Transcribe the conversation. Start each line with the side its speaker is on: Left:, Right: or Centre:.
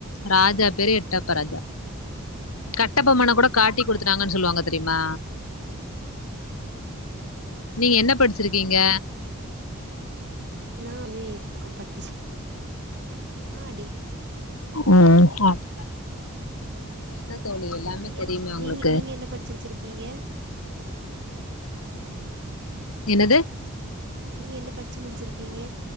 Left: ராஜா பேரு எட்டப்ப ராஜா கட்டபொம்மன கூட காட்டி குடுத்துட்டாங்கன்
Right: அப்டி
Left: சொல்லுவாங்க தெரியுமா நீங்க என்ன படிச்சிருக்கிங்க
Right: நா வந்து எம் காம் படிச்சிருக்க ஆ டி
Left: ஓ அப் பற என்ன தோழி எல்லாமே
Right: நீங்க
Left: தெரியுமே
Right: என்ன
Left: உங்களுக்கு
Right: நீங்க நீங்க என்ன படிச்சு வெச்சிருக்கிங்க
Left: என்னது
Right: நீங்க என்ன படிச்சு முடிச்சிருக்கிங்க